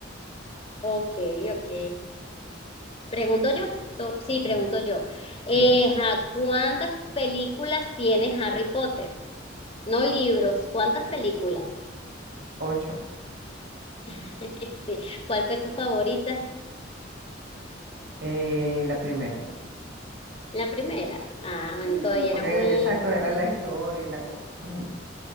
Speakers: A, on the left; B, on the right.
A: Ok, ok. Pregunto yo. To- Sí, pregunto
B: Sí,
A: yo.
B: sí.
A: Eh, ajá, ¿cuántas películas tiene Harry Potter? No libros, ¿cuántas películas?
B: Ocho.
A: <laughs> Sí. ¿Cuál fue tu favorita?
B: Eh, la primera.
A: La primera. Ah, bueno,
B: Sí,
A: todavía
B: porque
A: era muy,
B: exacto, era
A: muy
B: la historia
A: linda.
B: y la cosa. Ujú,